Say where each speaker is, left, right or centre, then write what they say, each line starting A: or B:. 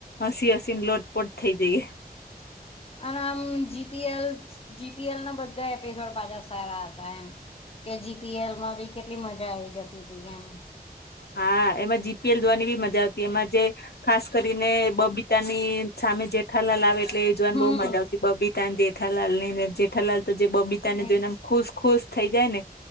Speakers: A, on the left; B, on the left.
A: હસી હસી ને લોટપોટ થઈ જઈએ
B: અને આમ જીપીએલ જીપીએલ ના બધા એપિસોડ પાછા સારા હતા એમ કે જીપીએલ માં બી કેટલી મજા આવી જતી હતી એમ
A: હા એમાં જીપીએલ જોવાની બી મજા આવતી એમાં જે ખાસ કરીને બબીતા ની સામે જેઠાલાલ આવે એટલે એ જોવાને
B: હમ
A: બહુ મજા આવતી બબીતાને જેઠાલાલ ને ને જેઠાલાલ તો જે બબીતા ને
B: એજ
A: જોઈને આમ ખુશ ખુશ થઈ જાય ને